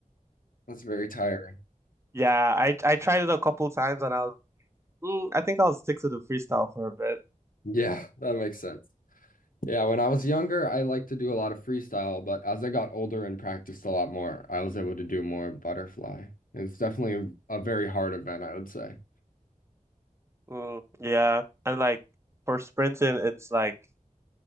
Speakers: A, on the left; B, on the right.
A: That's very tiring.
B: yeah, I I tried it a couple times and I was Mm, I think I'll stick to the freestyle for a bit.
A: Yeah, that makes sense. Yeah, when I was younger, I liked to do a lot of freestyle, but as I got older and practiced a lot more, I was able to do more butterfly. It's definitely a, a very hard event, I would say.
B: Mm, yeah, and like for sprinting, it's like